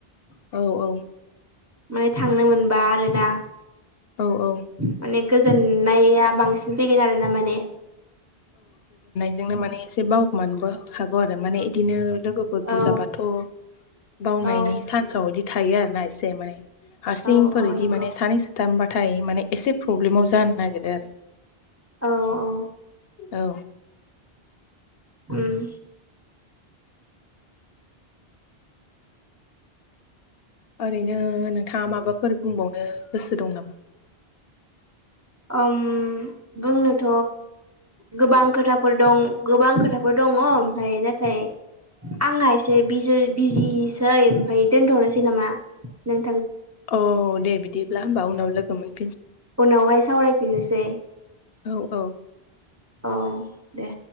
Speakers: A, on the left (about 70°); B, on the right (about 20°).
A: औ औ
B: माने थांनो मोनबा आरोना
A: औ औ
B: माने गोजोननाया बांसिन फैगोन आरो ना माने
A: बेजोंनो माने एसे बावगोमानोबो हागौ आरो माने बिदिनो लोगोफोर
B: औ
A: बुरजाबाथ' बावनायनि
B: औ
A: सान्साव बिदि थायो आरोना एसे माने हारसिंफोर
B: औ औ
A: इदि
B: नंगौ
A: माने सानै साथामबाथाय माने एसे प्रब्लेमाव जानो नागिरो आरो।
B: औ औ
A: औ
B: उम <inaudible>
A: ओरैनो नोंथाङा माबाफोर बुंबावनो गोसो दं नामा?
B: ओम बुंनोथ' गोबां खोथाफोर दं गोबां खोथाफोर दङ ओमफाय नाथाय आंहा एसे बिजि बिजिसै ओमफाय दोनथ'नोसै नामा नों
A: औ दे बिदिब्ला होमबा उनाव लोगो मोन
B: उनावहाय सावरायफिननोसै।
A: औ औ
B: औ दे